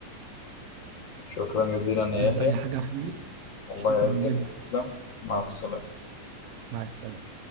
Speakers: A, on the left (about 55°); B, on the right (about 85°).
A: شكرا جزيلا يا
B: عايز
A: يحيى
B: اي حاجه يا حبيبي
A: الله
B: شكرا
A: يعزك
B: جدا
A: تسلم مع السلامة
B: مع السلامه